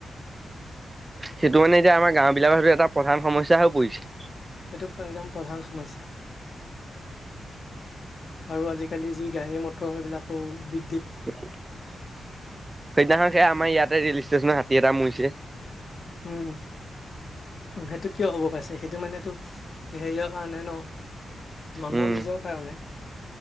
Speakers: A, on the right; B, on the left.
A: সেইটো মানে এতিয়া আমাৰ গাও বিলাকৰ হেতো এটা প্ৰধান সমস্যা হৈ পৰিছে।
B: এইটো প একদম প্ৰধান সমস্যা। আৰু আজিকালি যি গাড়ী মটৰ সেইবিলাকো বি
A: সেইদিনাখন সে আমাৰ ইয়াতে ৰেল ষ্টেচনত হাতী এটা মৰিছে।
B: উম। সেইটো কিয় হ'ব পাইছে সেইটো মানেটো হেৰিয়ৰ কাৰণে ন। মানুহৰ
A: উম,
B: নিজৰ কাৰণে।